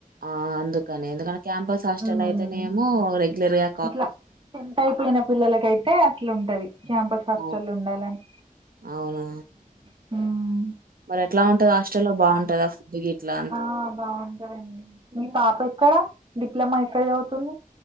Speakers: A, on the right; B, on the right.
A: ఆ అందుకని ఎందుకంటే క్యాంపస్ హాస్టల్
B: ఉమ్,
A: అయితేనేమో రెగ్యులర్గా
B: ఇట్లా టెన్త్ అయిపోయిన పిల్లలక అయితే అట్లా ఉంటుంది క్యాంపస్ హాస్టల్
A: ఆ,
B: ఉండాలని
A: అవునా
B: మ్
A: మరి ఎట్లా ఉంటుది ఆస్టల్ లో బాగుంటుందా దుక్ గిట్లా
B: ఆ బాగుంటదండి మీ పాప ఎక్కడా డిప్లొమా ఎక్కడ చవుతుంది